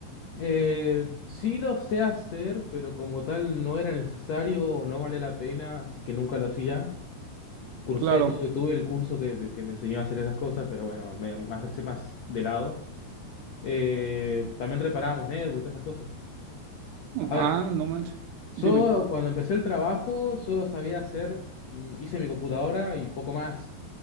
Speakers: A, on the left (about 80°); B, on the right (about 80°).
A: Eh, sí lo sé hacer, pero como tal no era necesario o no vale la pena, así que nunca lo hacía. Cursé,
B: Claro.
A: tuve, tuve el curso que, que me enseñó a hacer esas cosas, pero bueno, medio más, ex- más de lado. Eh, también reparábamos netbooks y todas esas cosas. A
B: Ah,
A: ver,
B: no manches.
A: yo
B: Dime.
A: cuando empecé el trabajo solo sabía hacer, mm, hice mi computadora y poco más,